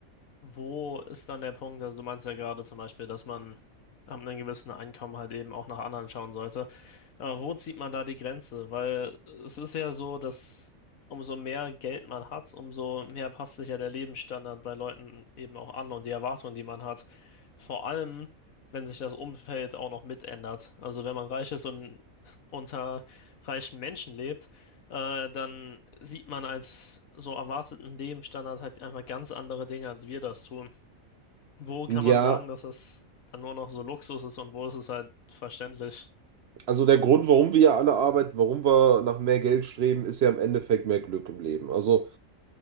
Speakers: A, on the left (about 80°); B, on the right (about 60°).
A: wo ist dann der Punkt? Also du meinst ja gerade zum Beispiel, dass man ab einem gewissen Einkommen halt eben auch nach anderen schauen sollte. Aber wo zieht man da die Grenze? Weil es ist ja so, dass umso mehr Geld man hat, umso mehr passt sich ja der Lebensstandard bei Leuten eben auch an und die Erwartungen, die man hat. Vor allem, wenn sich das Umfeld auch noch mit ändert Also wenn man reich ist und unter reichen Menschen lebt, äh, dann sieht man als so erwarteten Lebensstandard halt einfach ganz andere Dinge, als wir das tun. Wo kann
B: Ja,
A: man sagen, dass das dann nur noch so Luxus ist und wo ist es halt verständlich?
B: also der Grund, warum wir ja alle arbeiten, warum wir nach mehr Geld streben, ist ja im Endeffekt mehr Glück im Leben. Also